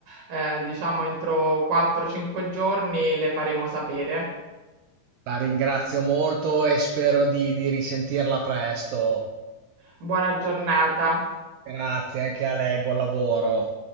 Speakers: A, on the right; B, on the right.
A: ehm, diciamo entro 4, 5 giorni le faremo sapere.
B: La ringrazio molto e spero di, di risentirla presto.
A: Buona giornata.
B: Grazie anche a lei, buon lavoro.